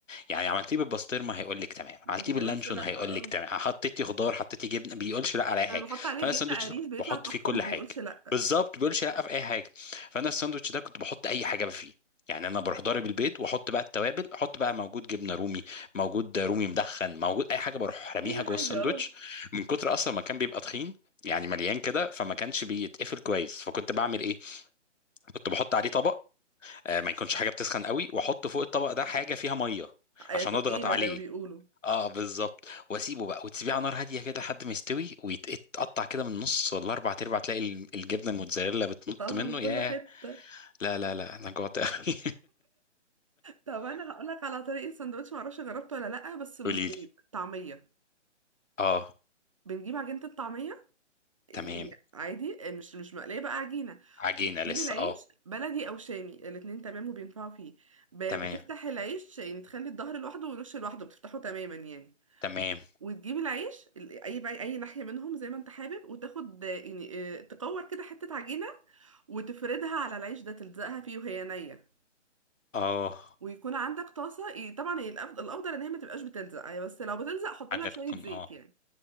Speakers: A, on the left; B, on the right.
A: يعني عملتيه بالبسطرمه هيقول لك تمام
B: ما
A: عملتيه
B: بيقولش
A: باللانشون
B: لا
A: هيقول لك
B: اه
A: تمام حطيتي خضار حطيتي جبنه بيقولش لا على اي حاجه
B: انا بحط عليه
A: فانا
B: جبنه
A: الساندوتش
B: قريش
A: ده كنت
B: بيطلع
A: بحط
B: تحفه
A: فيه كل
B: ما بيقولش
A: حاجه
B: لا
A: بالظبط بيقولش لا في اي حاجه فانا الساندوتش ده كنت بحط اي حاجه فيه يعني انا بروح ضارب البيض واحط بقى التوابل احط بقى موجود جبنه رومي موجود رومي مدخن موجود اي حاجه بروح راميها
B: اي حاجه
A: جوه الساندوتش
B: اه
A: من كتر اصلا ما كان بيبقى تخين يعني مليان كده فما كانش بيتقفل كويس فكنت بعمل ايه كنت بحط عليه طبق آه، ما يكونش حاجه بتسخن قوي واحط فوق الطبق ده حاجه فيها ميه
B: آه، آه،
A: عشان
B: تقيله
A: اضغط عليه
B: زي ما بيقولوا
A: اه بالظبط واسيبه بقى وتسيبيه على نار هاديه كده لحد ما يستوي ويتقطع كده من النص ولا اربع ارباع تلاقي ال- الجبنه الموتزاريلا بتنط
B: طالعه
A: منه
B: من كل
A: ياه
B: حته
A: لا لا لا انا جوعت قوي
B: طب انا هقول لك على طريقه سندوتش معرفش جربته ولا لا
A: <laughs>
B: بس مش
A: قولي
B: بيض
A: لي
B: طعميه
A: اه
B: بنجيب عجينه الطعميه يعني
A: تمام
B: عادي مش مش مقليه بقى عجينه
A: عجينه
B: وتجيب
A: لسه
B: العيش
A: اه
B: بلدي او شامي الاتنين تمام وبينفعوا فيه ب-
A: تمام
B: بتفتح العيش يعني تخلي الظهر لوحده والوش لوحده بتفتحه تماما يعني
A: تمام
B: وتجيب العيش ال- اي بقى اي ناحيه منهم زي ما انت حابب وتاخد آه، يعني آه، تكور كده حته عجينه وتفردها على العيش ده تلزقها فيه وهي نيه
A: اه
B: ويكون عندك طاسه ي- طبعا هي الأفضل, الافضل ان هي ما تبقاش بتلزق يعني بس لو بتلزق حط
A: حاجه
B: لها شويه
A: تكون
B: زيت
A: اه
B: يعني